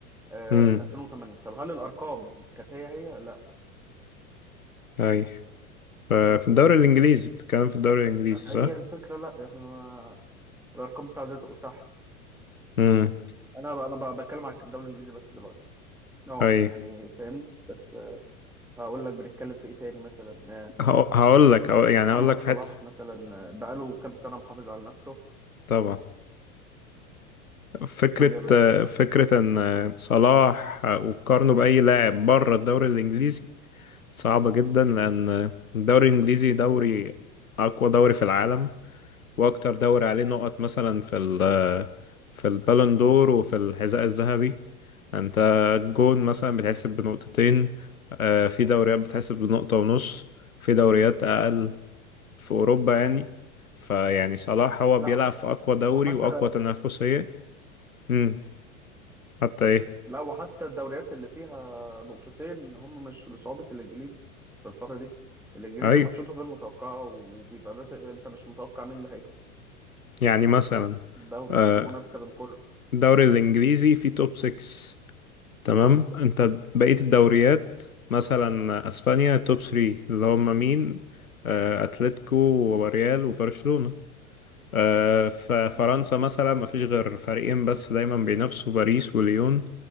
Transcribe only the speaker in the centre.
آه
2008 طب هل الارقام كانت هي هي لا
تمام،
فهي
الفكره لا احنا الارقام ساعدته صح
انا ب- انا ب- بتكلم على الدوري الانجليزي بس دلوقتي اه
يعني فاهمني بس هقول لك بنتكلم في ايه تاني مثلا آه،
آه،
محمد
صلاح
مثلا آه، بقاله كام سنه محافظ على نفسه
قول يا باشا
مم.
لا
ح-
وحتى
لا وحتى الدوريات اللي فيها نقطتين هم مش بصعوبه الانجليزي في الفتره دي الانجليزي
ماتشاته غير متوقعه وبيبقى بت... انت مش متوقع مين اللي هيكسب
الدوري
في منافسه بين كله
مم.
مم.